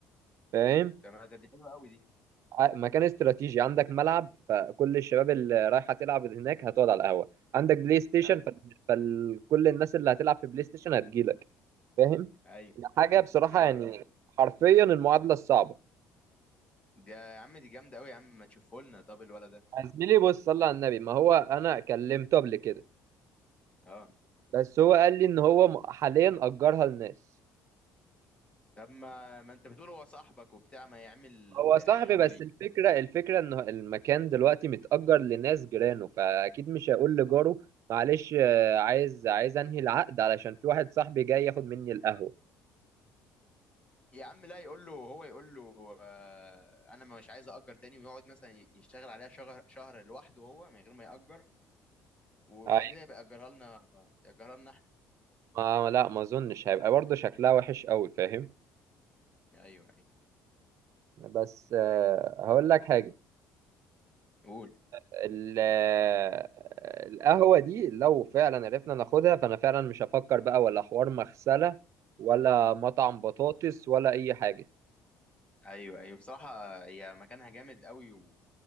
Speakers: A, on the right (about 60°); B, on the left (about 20°).
A: فاهم
B: تمام طب دي حلوه قوي دي
A: ع- مكان استراتيجي عندك ملعب فكل الشباب اللي رايحه تلعب هناك هتقعد على القهوه عندك بلاي ستيشن
B: ايوه
A: فكل الناس اللي هتلعب في بلاي ستيشن هتجيلك فاهم
B: ايوه
A: يعني حاجه بصراحه
B: ايوه
A: يعني
B: ايوه
A: حرفيا المعادله الصعبه
B: دي يا عم دي جامده قوي يا عم ما تشوفه لنا طب الولد ده
A: يا زميلي بص صلى على النبي ما هو انا كلمته قبل كده
B: اه
A: بس هو قال لي ان هو م- حاليا اجرها لناس
B: طب ما ما انت بتقول هو صاحبك وبتاع ما يعمل
A: هو صاحبي
B: يعني يحاول
A: بس
B: ي-
A: الفكره الفكره ان المكان دلوقتي متأجر لناس جيرانه فاكيد مش هيقول لجاره معلش آه، عايز عايز انهي العقد علشان في واحد صاحبي جاي ياخد مني القهوه
B: يا عم لا يقول له هو يقول له آه انا مش عايز اجر تاني ويقعد مثلا ي- يشتغل عليها شهر شهر لوحده هو من غير ما ياجر وبعد
A: أي-
B: كده يبقى ياجرها لنا ياجرها لنا احنا
A: ما لا ما اظنش هيبقى برضه شكلها وحش قوي فاهم
B: ايوه ايوه
A: بس آه، هقول لك حاجه
B: قول
A: ال- آه، القهوه دي لو فعلا عرفنا ناخدها فانا فعلا مش هفكر بقى ولا حوار مغسله ولا مطعم بطاطس ولا اي حاجه
B: ايوه ايوه بصراحه هي مكانها جامد قوي و...